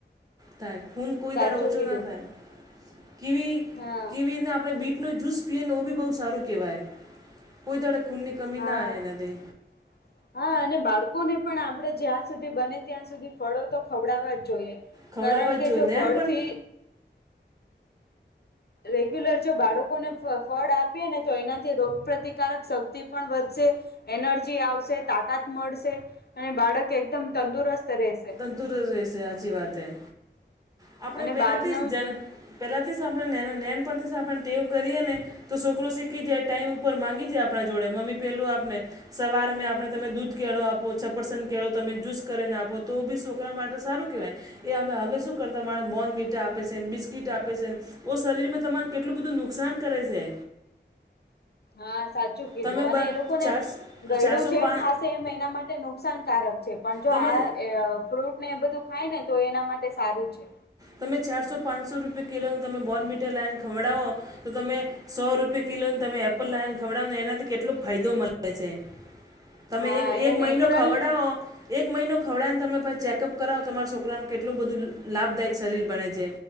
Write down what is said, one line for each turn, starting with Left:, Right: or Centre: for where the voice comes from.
Right: થાય. હૂન કોઈ
Left: સાચું
Right: દાડો ઓછો
Left: કીધું
Right: ના થાય કીવી
Left: હા.
Right: કીવીને આપણે બીટનો જ્યૂસ પીએ ને એ બી બહુ સારું કહેવાય. કોઈ દાડો ખૂનની કમી
Left: હા
Right: ના આવે એનાથી.
Left: <inaudible> હા અને બાળકોને પણ આપડણે જ્યાં સુધી બને ત્યાં સુધી ફળો તો ખવડાવવા જ જોઈએ.
Right: ખવડાવવા
Left: કારણ
Right: જ
Left: કે
Right: જોઈએ
Left: જો
Right: નેન
Left: ફળથી
Right: પણ
Left: રેગ્યુલર જો બાળકોને ફ ફળ આપીએ ને તો એનાથી રોગપ્રતિકારક શક્તિ પણ વધશે. એનર્જી આવશે તાકાત મળશે અને બાળક એકદમ તંદુરસ્ત રહેશે.
Right: તંદુરસ્ત રેસે હાચી વાત હૈ આપણે
Left: અને
Right: પેલાથી
Left: બહારનું
Right: જ. પેલાથી આપણે નેના નેન પરથી આપણે ટેવ કરીને તો છોકરો શીખી જાય ટાઈમ ઉપર માંગી જાય આપણા જોડે મમ્મી પેલું આપને. સવાર મેં આપણે તમે દૂધ કેળો આપો છપરસન કેળો તમે જુસ કરીને આપો. તો બી છોકરા માટે સારું કહેવાય. એ અમે હવે શું કરતા મારા બોન મીટા આપે છેને બિસ્કીટ આપે છે. ઓ શરીરમાં તમારે કેટલું બધું નુકસાન કરે છે.
Left: હા સાચું કીધું
Right: તમે બ
Left: અને એ લોકો
Right: ચાર
Left: ને ગયડું
Right: ચારસો
Left: જેમ
Right: પા
Left: ખાસે એમ એના માટે નુકસાનકારક છે પણ જો
Right: તમે
Left: આ એ. ફ્રૂટ ને એ બધું ખાય ને તો એના માટે સારું છે.
Right: તમે ચારસો પાંચસો રૂપિયા કિલોનું તમે બોર્નવિટા લાઈને ખવડાવો તો તમે સો રૂપિયા કિલો તમે એપલ લાવને ખવડાવો ને એનાથી કેટલો ફાયદો મળે છે.
Left: <inaudible>
Right: તમે એક એક
Left: એ નેચરલ
Right: મહિનો ખવડાઓ એક મહિનો ખવડાવને તમે પછી ચેકઅપ કરાવો તમારા છોકરાનું કેટલું બધું લાભદાયક શરીર બને છે.